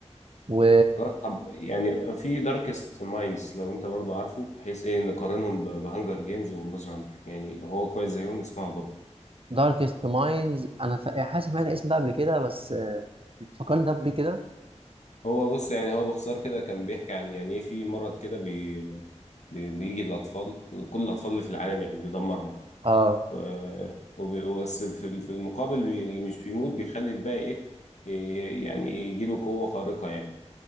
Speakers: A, on the right; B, on the left.
A: و
B: خلاص طب يعني في داركست مايندز لو انت برضو عارفه بحيث ايه نقارنهم ب- بهانجر جيمز وماز رانر يعني لو هو كويس زيهم نسمعه برضه
A: داركست مايندز أنا فا- حاسس سمعت الاسم ده قبل كده بس آه، فكرني طب بيه كده
B: هو بص يعني هو باختصار كده كان بيحكي عن يعني ايه في مرض كده بي بي بيجي للاطفال كل الاطفال اللي في العالم يعني بيدمرهم
A: اه
B: و- وبي- بس في ال- في المقابل بي- اللي مش بيموت بيخلي الباقي ايه ي- يعني يجيله قوة خارقة يعني